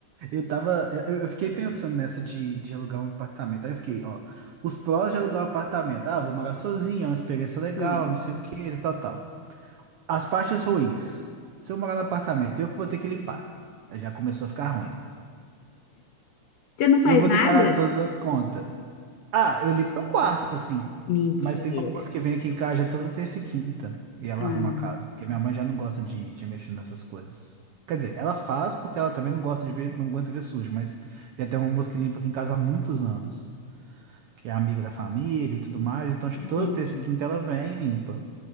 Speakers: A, on the right; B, on the left.
A: Eu tava, eu eu fiquei pensando nessa de, de alugar um apartamento. Aí eu fiquei, ó, os prós de alugar um apartamento. Ah, vou morar sozinho, é uma experiência legal,
B: Sim.
A: não sei o que tal, tal. As partes ruins. Se eu morar no apartamento, eu que vou ter que limpar. Aí Já começou a ficar ruim.
B: Você não faz
A: Eu vou
B: nada?
A: ter que pagar todas as contas. Ah, eu li pro quarto, assim.
B: Mentira.
A: Mas tem uma moça que vem aqui em casa já toda terça e quinta e ela
B: Ah,
A: arruma a casa, porque minha mãe já não gosta de, de mexer nessas coisas. Quer dizer, ela faz porque ela também não gosta de ver, não aguenta ver sujo, mas já tem uma moça que limpa aqui em casa há muitos anos, que é amiga da família e tudo mais. Então, tipo,
B: entendi.
A: toda terça e quinta ela vem e limpa.